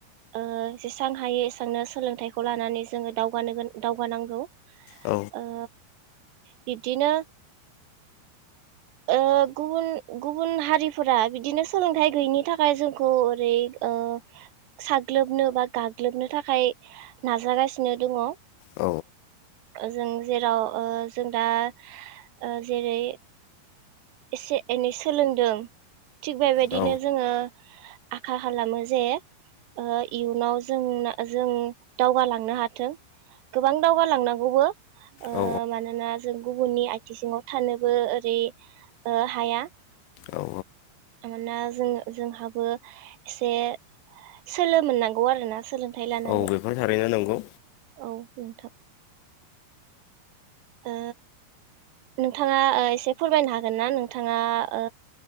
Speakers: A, on the right; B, on the left.
A: ओ जेसां हायो एसांनो सोलोंथाइखौ लानानै जोङो दावगानो दावगानांगौ
B: औ
A: ओ बिब्दिनो ओ गुबुन गुबुन हारिफोरा बिदिनो सोलोंथाइ गैयिनि थाखाय जोंखौ ओरै ओ साग्लोबनो बा गाग्लोबनो थाखाय नाजागासिनो दङ। ओ
B: औ
A: जों जेराव ओ जों दा ओ जेरै एसे एनै सोलोंदों थिग बेबायदिनो
B: औ
A: जोङो आखा खालामो जे ओ इयुनाव जोंना जों दावगालांनो हाथो। गोबां दावगालांनांगौबो ओ
B: औ
A: मानोना जों गुबुननि आइ थि सिङाव थानोबो ओ रै ओ हाया।
B: औ
A: मानोना जों जोंहाबो एसे सोलो मोननांगौ आरोना सोलों थाइ लानानै।
B: औ बेफोर थारैनो नंगौ
A: औ नोंथां। ओ नोंथाङा ओ एसे फोरमायनो हागोन ना नोंथाङा ओ